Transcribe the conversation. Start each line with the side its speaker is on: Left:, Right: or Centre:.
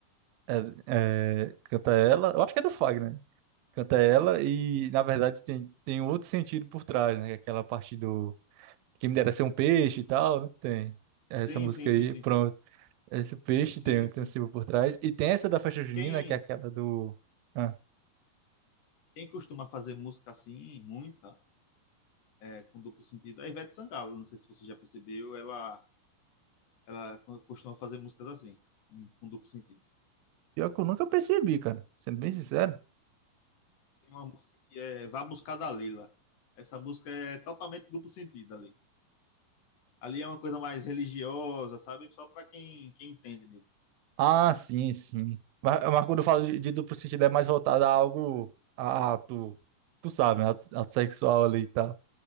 Right: É, é, canta ela. Eu acho que é do Fagner. Canta ela e, na verdade, tem, tem outro sentido por trás, né? Aquela parte do. Quem me dera ser um peixe e tal, né? Tem. Essa
Left: Sim,
Right: música
Left: sim,
Right: aí,
Left: sim, sim,
Right: pronto.
Left: sim.
Right: Esse peixe
Left: Sim,
Right: tem,
Left: sim.
Right: tem um símbolo por trás. E tem essa da festa junina,
Left: Quem,
Right: que é aquela do. ah,
Left: quem costuma fazer música assim, muita, é, com duplo sentido, é a Ivete Sangalo. Não sei se você já percebeu, ela, ela co- costuma fazer músicas assim, em- com duplo sentido.
Right: Pior que eu nunca percebi, cara. Sendo bem sincero.
Left: Tem uma música que é Vá Buscar da Leila. Essa música é totalmente duplo sentido ali. Ali é uma coisa mais religiosa, sabe? Só para quem, quem entende mesmo.
Right: Ah, sim, sim. Mas, mas quando eu falo de, de duplo sentido, é mais voltado a algo. A, a- tu, tu sabe, né? Ato, ato sexual ali e tal.